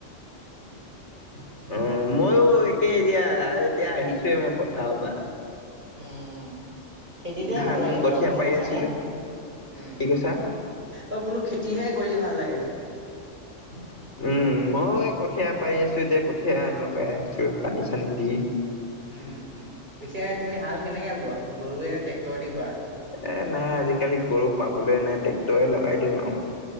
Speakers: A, on the left; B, on the right.
A: <unintelligible> অ মইও একেই এতিয়া এতিয়া আহিছোৱে মই পথাৰৰ পৰা।
B: উম। খেতিতে
A: ধান
B: ভাল লাগে
A: কঠীয়া
B: বাৰু গম
A: পাৰি
B: পাইছা
A: আছিলো
B: নে উম
A: কি কৈছা
B: অ বোলো। খেতিহে কৰি ভাল লাগে।
A: <unintelligible> উম মইয় এই কঠীয়া পাই আছো এতিয়া কঠীয়া লগাই আহিছো পানী চানী দি।
B: উম পিছে তুমি হাল কেনেকে বোৱা, গৰুৱে নে টেক্টৰ দি কৰা।
A: এ নাই আজিকালি গৰু পাবলৈ নাই ট্ৰেক্টৰে লগাই দিওঁ আৰু।